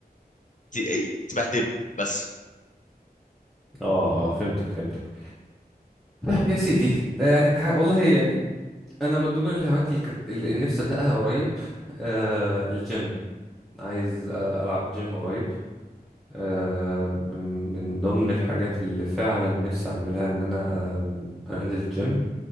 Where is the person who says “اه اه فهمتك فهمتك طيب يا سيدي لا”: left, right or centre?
Centre